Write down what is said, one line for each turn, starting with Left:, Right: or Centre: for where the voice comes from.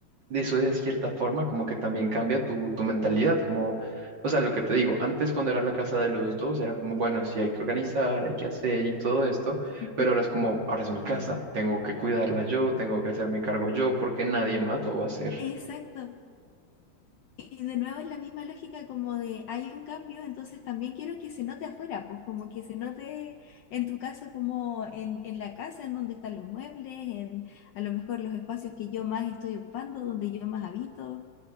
Right: eso de cierta forma como que también cambia tu, tu mentalidad, como, o sea, lo que te digo, antes cuando era la casa de los dos era como, bueno, sí hay que organizar, hay que hacer y todo esto,
Left: ujú.
Right: pero ahora es como, ahora es mi casa, tengo que cuidarla yo, tengo que hacerme cargo yo porque nadie más lo va a hacer.
Left: Exacto. Y de nuevo es la misma lógica como de hay un cambio, entonces también quiero que se note afuera, pues como que se note en tu caso como en, en la casa, en donde están los muebles, en a lo mejor los espacios que yo más estoy ocupando, donde yo más habito.